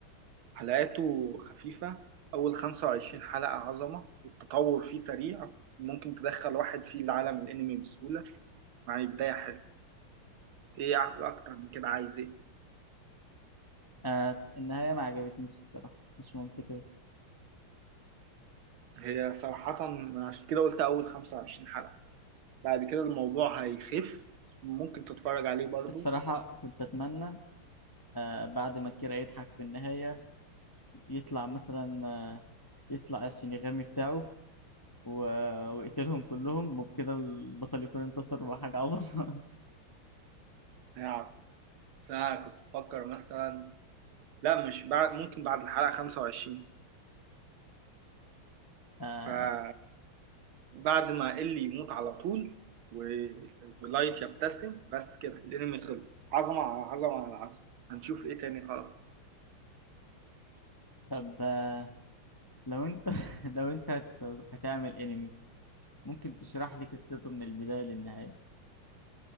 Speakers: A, on the right (about 75°); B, on the left (about 15°).
A: حلقاته خفيفه اول 25 حلقه عظمه التطور فيه سريع ممكن تدخل واحد فيه العالم الانمي بسهوله يعني بدايه حلوه ايه أع- اكتر من كده عايز ايه
B: آه النهاية ما عجبتنيش الصراحة مش منطقية
A: هي صراحة عشان كده قلت أول 25 حلقة بعد كده الموضوع هيخف ممكن تتفرج عليه برضو
B: الصراحة كنت أتمنى آه بعد ما كيرا يضحك في النهاية يطلع مثلا آه يطلع الشينيغامي بتاعه و... ويقتلهم كلهم وبكده البطل يكون انتصر وحاجة عظمة
A: هيعرف بس أنا كنت بفكر مثلا لا مش بعد ممكن بعد الحلقة 25
B: <laughs> آه
A: فبعد ما إلي يموت على طول و... ولايت يبتسم بس كده الانمي خلص عظمة على عظمة على عظمة هنشوف ايه تاني خلاص
B: طب آه لو أنت <laughs> لو أنت هت- هتعمل أنمي ممكن تشرح لي قصته من البداية للنهاية